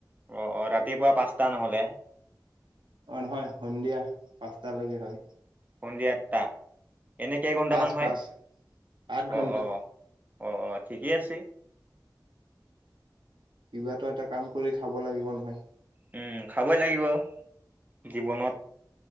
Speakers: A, on the right; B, on the right.
A: অ অ ৰাতিপুৱা পাঁচটা নহলে
B: অ নহয় সন্ধিয়া পাঁচটালৈকে হয়
A: সন্ধিয়া আঠটা এনে কেই ঘন্টামান
B: পাঁচ
A: হয়
B: পাঁচ আঠ
A: অ
B: ঘন্টা
A: অ অ আহ ঠিকেই আছে
B: কিবাতো এটা কাম কৰি খাব লাগিব নহয়
A: উম খাবই লাগিব জীৱনত